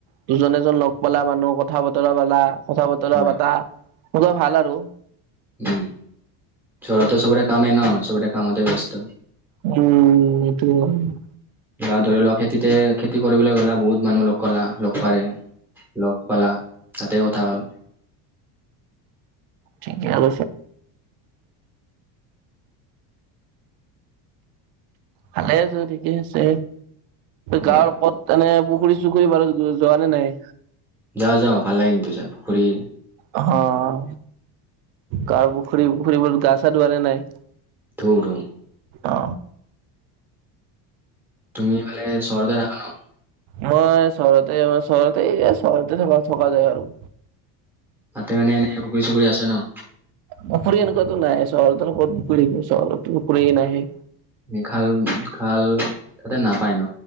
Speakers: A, on the right; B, in the centre.
A: দুজন এজন লগ পালা মা কথা বতৰা পালা, কথা বতৰা
B: হয়
A: পাতা এনেকুৱা ভাল আৰু।
B: উম, চহৰতটো চবৰে কামে ন, চবৰে কামতে ব্যস্ত।
A: উম, <unintelligible>
B: গাঁৱত ধৰি লওঁক খেতিতে খেতি কৰিবলৈ গ'লা বহুত মানুহ লগ ক'লা লগ বাঢ়িল। লগ পালা তাতে কথা হ'ল।
A: ঠিকে হ'ল। ভালে আছে ঠিকে আছে গাঁৱৰ
B: হয়,
A: ওপৰত এনে পুখুৰী বাৰু যোৱা নে নাই?
B: যা যাওঁ ফাল লাগিধু চ পুখুৰী
A: অ' কাৰ পুখুৰী পুখুৰীবত গা চা ধুৱ নাই?
B: দৌটো।
A: অ
B: তুমি মালে চৰতে থাক ন?
A: মই চহৰতে চহৰতে যে চহৰতে থকা থকা যায় আৰু।
B: তাতে মানে এনেইুখুৰ চুখুৰ আছে ন?
A: পুখুৰী এনেকুৱাতো নাই চহৰ ওৰত পুুৰী চহো পুখুৰীয়ে নাহে।
B: খাল খাল তাতে নাপায় ন।